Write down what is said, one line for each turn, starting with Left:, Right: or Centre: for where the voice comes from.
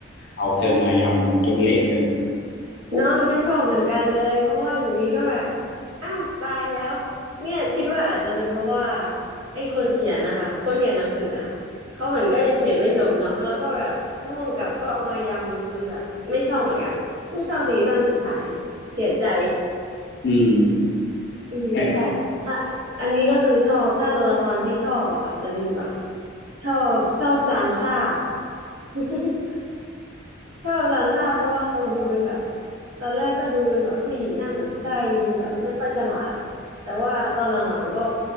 Left: เอาเธอมายำจนเละไปหมด
Right: นอนไม่ชอบเหมือนกันเลยเพราะว่าอยู่ดีก็แบบอ้าวตายแล้วเนี่ยคิดว่าอาจจะเป็นเพราะว่าไอ้คนเขียนนะคะคนเขียนหนังสืออะเขาเหมือนก็ยังเขียนไม่จบเนาะแล้วก็แบบผู้กำกับก็เอามายำจนแบบไม่ชอบเหมือนกันไม่ชอบซีซั่นสุดท้ายเสียใจ
Left: อืม
Right: <laughs> อืมใช่ถ้าอันนี้ก็คือชอบถ้าตัวละครที่ชอบอะค่ะจะเป็นแบบ
Left: ใช่
Right: ชอบชอบซานซ่า <laughs> ชอบซานซ่าเพราะว่าเขาดูเป็นแบบตอนแรกก็ดูเป็นแบบผู้หญิงหน้าหมันไส้ดูแบบไม่ค่อยฉลาดแต่ว่าตอนหลังๆก็